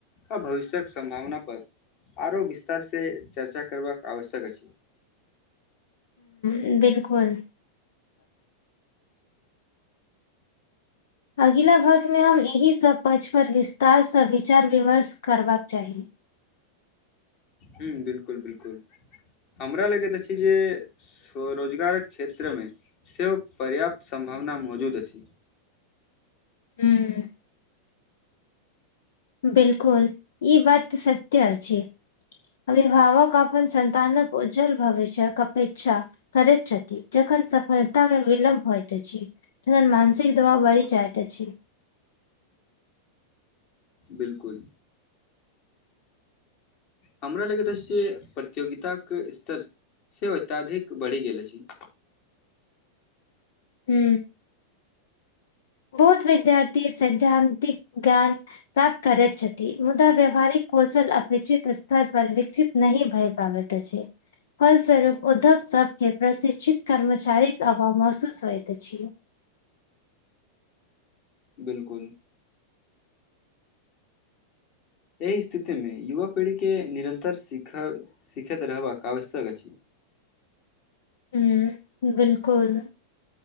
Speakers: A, on the left (about 40°); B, on the left (about 60°).
A: आ भविष्यक सम्भावना पर आरो विस्तार से चर्चा करबाक आवश्यक अछि
B: ह बिलकुल अगिला भक्तमे हम एहि सभ पक्षपर विस्तारसँ विचार विमर्श करबाक चाही
A: ह बिलकुल बिलकुल हमरा लगैत अछि जे स्वरोजगारक क्षेत्रमे सेहो पर्याप्त सम्भावना मौजूद अछि
B: हूँ बिलकुल ई बात सत्य अछि अभिभावक अपन संतानक उज्ज्वल भविष्यक अपेक्षा करैत छथि जखन सफलता मे विलम्ब होइत अछि तहन मानसिक दबाव बढ़ी जायत अछि
A: बिलकुल हमरा लगैत अछि जे प्रतियोगिताक स्तर सेहो अत्यधिक बढ़ि गेल अछि
B: हू बहुत विद्यार्थी सैद्धान्तिक ज्ञान प्राप्त करैत छथि मुदा व्यावहारिक कौशल अपे्षित स््तर पर विकसित नहि भय पाबैत त अछि फलस्वरूप उद्यग सबके प्रशिक्षित कर्मचारीक अभाव महसूस होइत अछि
A: बिलकुल एहि स्थितिमे युवा पीढ़ीके निरन्तर सिख सिखैत रहबाक आवश्यक अछि
B: हुँ बिलकुल